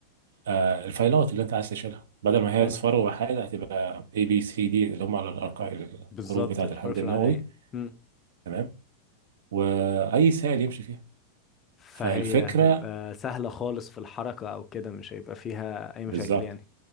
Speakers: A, on the right; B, on the left.
A: آه الفايلات اللي انت عايز تشيلها بدل ما هي
B: أيوة،
A: اصفار وحاجه هتبقى اي بي سي دي اللي هم الارقام
B: بالظبط
A: الحروف بتاعه
B: الحروف
A: الحمض النووي
B: العادية مم.
A: تمام واي سائل يمشي فيها
B: فهي
A: فالفكره
B: هتبقى سهلة خالص في الحركة او كده مش هيبقى فيها اي
A: بالظبط
B: مشاكل يعني